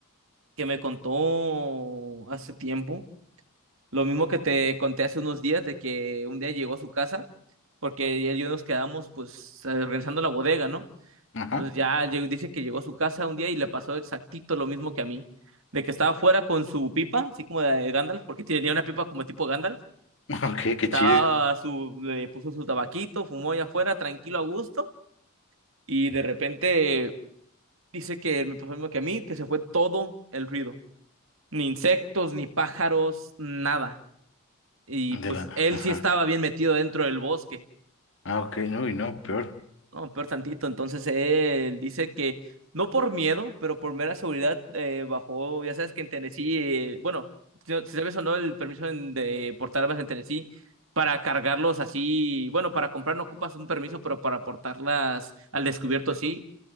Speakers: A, on the right; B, on the left.
A: que me contó hace tiempo, lo mismo que te conté hace unos días, de que un día llegó a su casa porque él y yo nos quedamos pues organizando la bodega, ¿no?
B: Ajá.
A: Entonces ya llegó- dice que llegó a su casa un día y le pasó exactito lo mismo que a mí. De que estaba fuera con su pipa, así como de Gandalf, porque tenía una pipa como tipo Gandalf.
B: <laughs> Ok, qué
A: Estaba
B: chido.
A: su, le puso su tabaquito, fumó allá afuera, tranquilo, a gusto. Y de repente dice que me pasó lo mismo que a mí, que se fue todo el ruido. Ni insectos, ni pájaros, nada. Y pues
B: De la...
A: él
B: Ajá.
A: sí estaba bien metido dentro del bosque.
B: Ah, ok. Uy, no, peor.
A: No, peor tantito. Entonces él dice que no por miedo, pero por mera seguridad eh, bajó. Ya sabes que en Tennessee, eh, bueno, si no- si sabes o no el permiso en- de portar armas en Tennessee, para cargarlos así, bueno, para comprar no ocupas un permiso, pero para portarlas al descubierto sí.